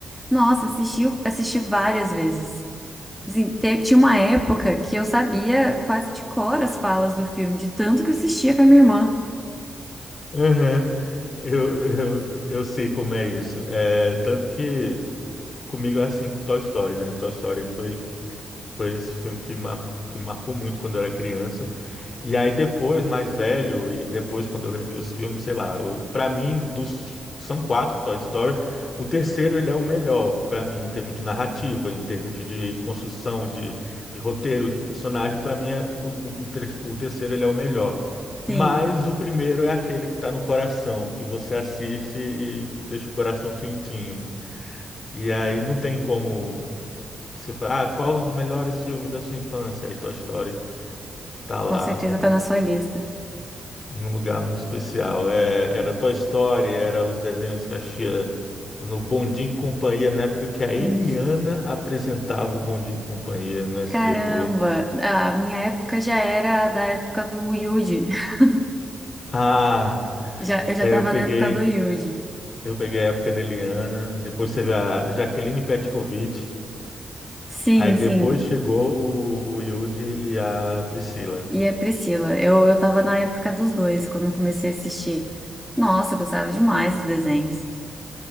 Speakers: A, in the centre; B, on the left.
A: Nossa, assisti, assisti várias vezes. Assim, te- tinha uma época que eu sabia quase de cor as falas do filme, de tanto que eu assistia com a minha irmã.
B: Uhum. Eu, eu, eu sei como é isso. É, tanto que comigo é assim com Toy Story, né? Toy Story foi, foi esse filme que, mar, que marcou muito quando eu era criança. E aí depois, mais velho, e depois quando eu revi os filmes, sei lá, eu, para mim, dos são quatro do Toy Story, o terceiro ele é o melhor para mim em termos de narrativa, em termos de construção, de, de roteiro, de personagens, para mim é, o, o, o ter- o terceiro ele é o melhor.
A: Sim,
B: Mas o primeiro é aquele que está no coração, que você assiste e deixa o coração quentinho. E aí não tem como você falar, ah, qual os melhores filmes da sua infância? Aí Toy Story tá lá,
A: com certeza
B: não,
A: tá na sua lista.
B: num lugar muito especial. É, era Toy Story, era os desenhos que assistia no Bom Dia e Companhia, na época que a Eliana
A: No Mude.
B: apresentava o Bom Dia e Companhia no SBT.
A: Caramba, a minha época já era da época do Yuji. <laughs>
B: Ah,
A: Já, eu já
B: é,
A: tava
B: eu peguei,
A: na época do Yuji.
B: eu peguei a época da Eliana, depois teve a Jaqueline Petkovic,
A: Sim,
B: aí depois
A: sim.
B: chegou o, o Yudi e a Priscila.
A: E a Priscila. Eu, eu tava na época dos dois, quando eu comecei a assistir. Nossa, eu gostava demais dos desenhos.